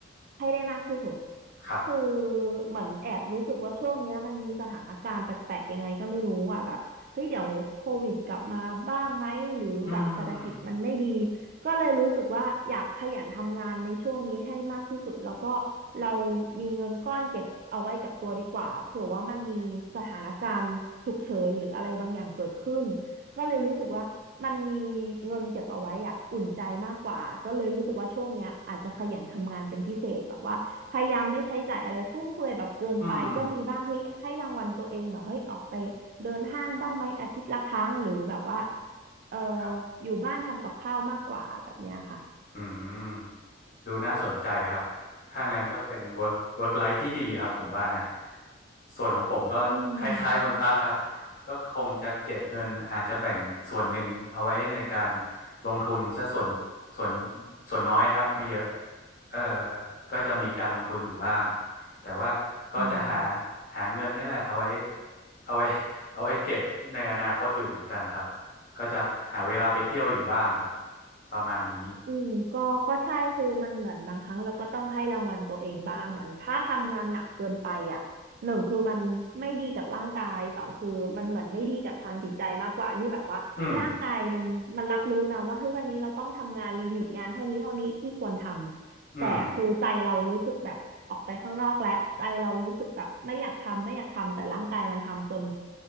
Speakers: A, on the right; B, on the left.
A: ให้ได้มากที่สุด
B: ครับ
A: คือเหมือนแอบรู้สึกว่าช่วงเนี้ยมันมีสถานการณ์แปลกๆยังไงก็ไม่รู้อ่ะแบบเฮ้ยเดี๋ยวโควิดกลับมาบ้างไหมหรือแบบเศรษฐกิจมันไม่ดี
B: อืม
A: ก็เลยรู้สึกว่าอยากขยันทำงานในช่วงนี้ให้มากที่สุดแล้วก็เรามีเงินก้อนเก็บเอาไว้กับตัวดีกว่าเผื่อว่ามันมีสถานการณ์ฉุกเฉินหรืออะไรบางอย่างเกิดขึ้นก็เลยรู้สึกว่ามันมีเงินเก็บเอาไว้อะอุ่นใจมากกว่าก็เลยรู้สึกว่าช่วงเนี้ยอาจจะขยันทำงานเป็นพิเศษแบบว่าพยายามไม่ใช้จ่ายอะไรฟุ่มเฟือยแบบเกินไปก็มีบ้างเฮ้ยให้รางวัลตัวเองแบบเฮ้ยออกไปเดินห้างบ้างไหมอาทิตย์ละครั้งหรือแบบว่า
B: อืม
A: เอ่อ
B: ครับ
A: อยู่บ้านทำกับข้าวมากกว่าแบบเนี้ยค่ะ
B: อืมดูน่าสนใจครับถ้างั้นก็เป็น work work life ที่ดีครับผมว่านะส่วนของผมก็คล้ายๆคุณตั๊กครับ
A: อืม
B: ก็คงจะเก็บเงินอาจจะแบ่งส่วนหนึ่งเอาไว้ในการลงทุนซะส่วนส่วนส่วนน้อยครับไม่เยอะเอ่อก็จะมีการลงทุนอยู่บ้างแต่ว่าก็จะหา
A: อืม
B: หาเงินเนี่ยแหละเอาไว้เอาไว้เอาไว้เก็บในอนาคตอยู่เหมือนกันครับก็จะหาเวลาไปเที่ยวอยู่บ้างครับประมาณนี้
A: อืมก็ก็ใช่คือมันเหมือนบางครั้งเราก็ต้องให้รางวัลตัวเองบ้างเหมือนถ้าทำงานหนักเกินไปอ่ะหนึ่งคือมันไม่ดีกับร่างกายสองคือมันเหมือนไม่ดีกับทางจิตใจมากกว่าที่แบบว่าร่างกายมันมันรับรู้นะว่าเฮ้ยวันนี้เราต้องทำงานลิมิตงานเท่านี้เท่านี้ที่ควรทำแต่คือใจเรารู้สึกแบบออกไปข้างนอกแล้วใจเรารู้สึกแบบไม่อยากทำไม่อยากทำแต่ร่างกายมันทำจน
B: อืมอืม